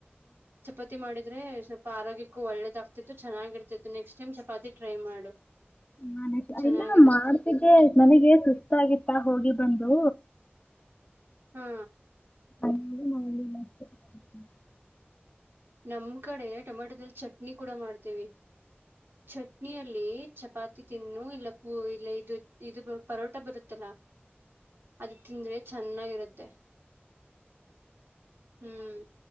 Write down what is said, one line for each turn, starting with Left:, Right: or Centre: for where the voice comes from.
Right: ಚಪಾತಿ ಮಾಡಿದ್ರೆ ಸ್ವಲ್ಪ ಆರೋಗ್ಯಕ್ಕೂ ಒಳ್ಳೆದಾಗ್ತಿತ್ತು ಚೆನ್ನಾಗಿರ್ತಿತ್ತು ನೆಕ್ಸ್ಟ್ ಟೈಮ್ ಚಪಾತಿ ಟ್ರೈ ಮಾಡು
Left: ನಾನ
Right: ಚೆನ್ನಾಗಿರುತ್ತೆ
Left: ಇಲ್ಲ ಮಾಡ್ತಿದ್ದೆ ನನಗೆ ಸುಸ್ತ ಆಗಿತ್ತ ಹೋಗಿ ಬಂದು
Right: ಹಾ
Left: <unintelligible>
Right: ನಮ್ ಕಡೆ ಟೊಮೆಟೊದಲ್ಲಿ ಚಟ್ನಿ ಕೂಡ ಮಾಡ್ತೇವಿ ಚಟ್ನಿಯಲ್ಲಿ ಚಪಾತಿ ತಿನ್ನು ಇಲ್ಲ ಪೂ ಇಲ್ಲ ಇದು ಇದು ಪರೋಟ ಬರುತ್ತಲ್ಲ ಅದು ತಿಂದ್ರೆ ಚೆನ್ನಾಗಿರುತ್ತೆ ಹ್ಮ್